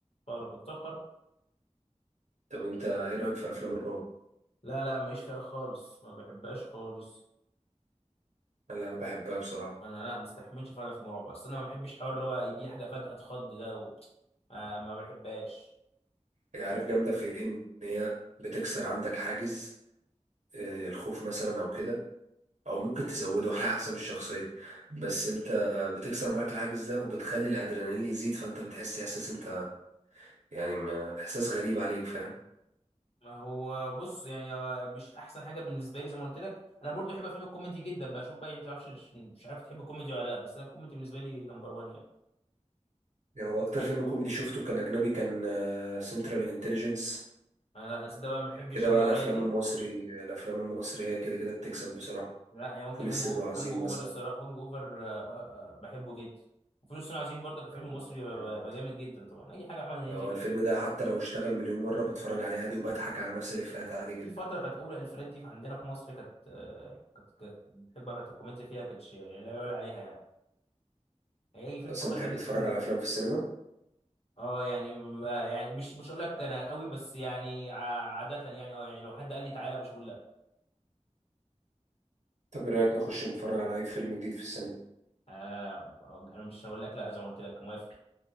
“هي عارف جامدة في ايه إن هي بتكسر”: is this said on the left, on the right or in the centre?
Right